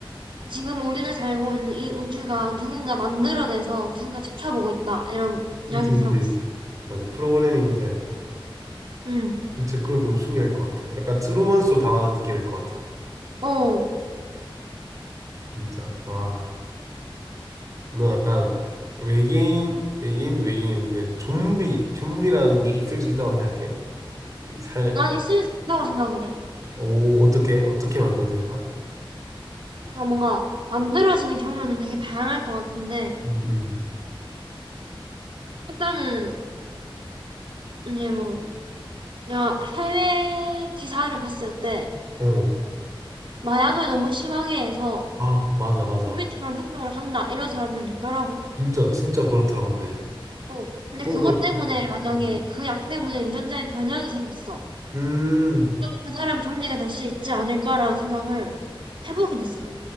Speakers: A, on the right (about 65°); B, on the right (about 35°).
A: 지금 우리가 살고 있는 이 우주가 누군가 만들어내서 누군가 지켜보고 있다. 이런
B: 그치,
A: 이야기도
B: 그치.
A: 들어봤어.
B: 맞아. 프로그래밍 된.
A: 응,
B: 진짜 그럼 너무 신기할 것 같아. 약간 트루먼 쇼 당하는 느낌일 것 같아.
A: 어.
B: 진짜. 와. 너 약간 외계인, 외계인도 외계인인데 좀비, 좀비라는 게 있을 수 있다고 생각해? 이 살,
A: 난 있을 수 있다고 생각을 해.
B: 오, 어떻게, 어떻게 만들어지는 거야?
A: 그러니까 뭔가 만들어지는 경로는 되게 다양할 것 같은데
B: 음,
A: 일단은 이제 뭐 내가 해외 기사를 봤을 때
B: 음. 어.
A: 마약을 너무 심하게 해서
B: 아, 맞아, 맞아.
A: 인미트럼 행동을 한다 이런 사람들이 있더라고.
B: 진짜, 진짜 그렇더라, 근데.
A: 어. 근데
B: 뭐
A: 그것
B: 그냥 좀비
A: 때문에 만약에 그 약 때문에 유전자에 변형이 생겼어.
B: 음,
A: 그 사람 좀비가 될 수 있지 않을까라는 생각을 해보긴 했어.